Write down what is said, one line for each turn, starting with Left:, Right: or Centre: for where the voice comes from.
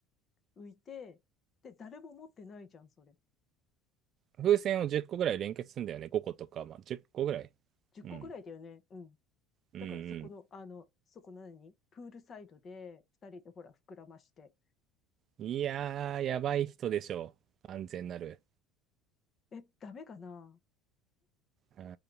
Left: 浮いて、で、誰も持ってないじゃん、それ。
Right: 風船を10個ぐらい連結するんだよね。5個とか、まあ、10個ぐらい。
Left: 10個ぐらいだよね。
Right: うん。
Left: うん。
Right: うんうん
Left: だからそこの、あの、そこ何プールサイドで、二人でほら、膨らまして、
Right: いやー、やばい人でしょう。安全なる。
Left: え、ダメかな
Right: あ